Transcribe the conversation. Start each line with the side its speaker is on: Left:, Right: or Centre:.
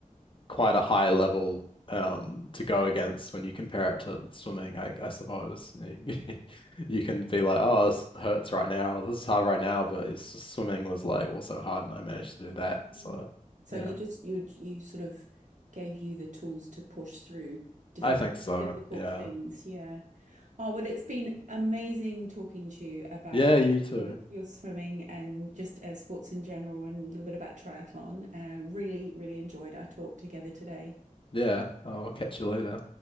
Left: quite a high level um, to go against when you compare it to swimming, I, I suppose. You <laughs> you can be like, oh, this hurts right now, this is hard right now, but it's just swimming was like also hard and I managed to do that.
Right: Mm.
Left: So,
Right: So
Left: yeah,
Right: you just you you sort of gave you the tools to push through difficult
Left: I think so.
Right: difficult
Left: Yeah.
Right: things. Yeah. Oh, well, it's been amazing talking to you about
Left: Yeah, you too.
Right: your your swimming and just uh, sports in general and a little bit about triathlon. Uh, really, really enjoyed our talk together today.
Left: Yeah, I'll catch you later.